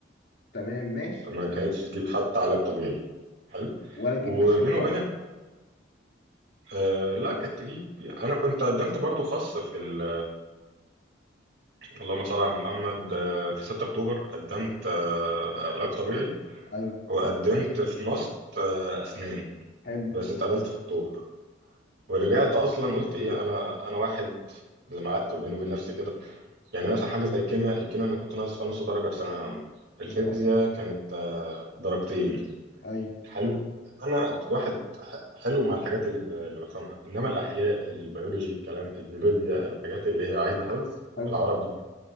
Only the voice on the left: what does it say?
تمام ماشي
ولا تجيب
بشري خاص
أيوة
حلو
تمام
ما شاء الله
أيوة
حفظ